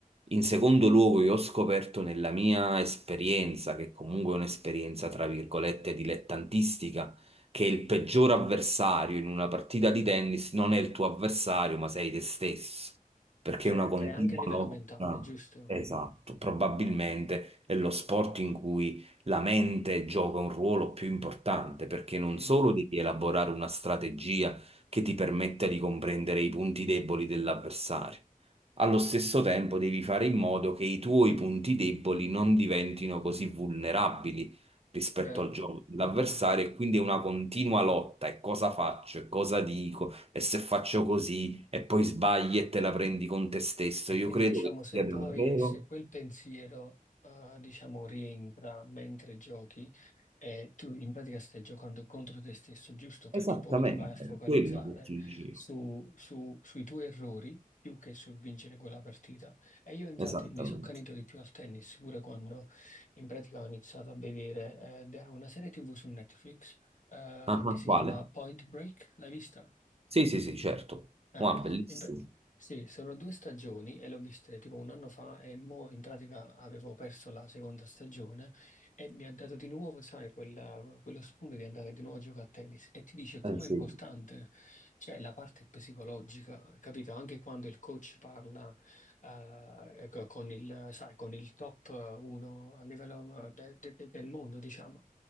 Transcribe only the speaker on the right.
In secondo luogo, io ho scoperto nella mia esperienza, che comunque è un'esperienza tra virgolette dilettantistica, che il peggior avversario in una partita di tennis non è il tuo avversario, ma sei te stesso,
perché
è una continua
lotta.
Esatto, probabilmente è lo sport in cui la mente gioca un ruolo più importante, perché
non solo devi elaborare una strategia che ti permetta di comprendere i punti deboli dell'avversario, allo stesso tempo devi fare in modo che i tuoi punti deboli non diventino così vulnerabili rispetto
al gioco dell'avversario e quindi è una continua lotta e cosa faccio e cosa dico e se faccio così e poi sbagli e te la prendi con te stesso.
Io
credo
che
sia davvero
esattamente
quello che ti dicevo.
Esattamente.
Ah,
ah,
quale?
Sì, sì, sì, certo.
Wow, bellissimo.
Eh sì,